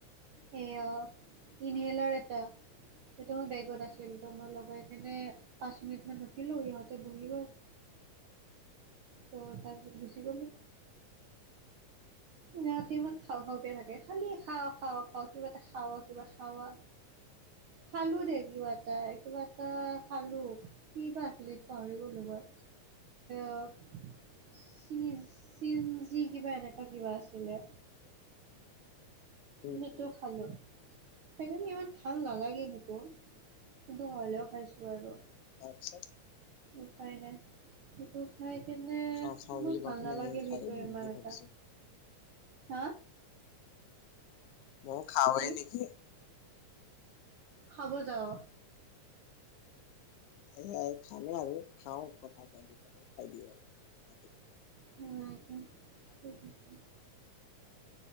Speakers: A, on the right; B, on the left.
A: সেয়া ইনহেলাৰ এটা। সিটো বেগত আছিল ত' মই লগাই কেনে পাঁচ মিনিট মান ৰখিলোঁ সিহঁতে বহি গ'ল। ত' তাৰপিছত গুচি গ'লোঁ। সিহঁতে ইমান খাওঁ খাওঁকে থাকে। খালি খাওঁ খাওঁ খাওঁ কিবা এটা খাওঁ আৰু কিবা খাওঁ আৰু। খালোঁ দে কিবা এটা কিবা এটা খালোঁ। কিবা আছিলে সিটো পাহৰি গ'লোঁ মই অ' চিজ চিমঞ্জি কিবা এনেকুৱা কিবা আছিলে।
B: উম,
A: সেইটো
B: উম,
A: খালোঁ। সেইকাৰণে ইমান ভাল নালাগিল সেইটো, কিন্তু হ'লেও খাইছোঁ আৰু।
B: তাৰপিছত?
A: উপায় নাই। সেইটো খাই কেনে
B: খাওঁ খাওঁ বুলি
A: মোৰ
B: কওঁতেনে
A: ভাল নালাগিল
B: ময়ো খাই
A: সেইটো
B: দিওঁ
A: ইমান
B: নেকি ভাবিছো।
A: এটা। হা?
B: ময়ো খাৱে
A: কি
B: নেকি?
A: খাব যাৱ?
B: সেয়াই খামেই আৰু খাওঁ কথা পাতি পাতি খাই দিওঁ আৰু পাতি পাতি।
A: হয় নেকি, ঠিক আছে।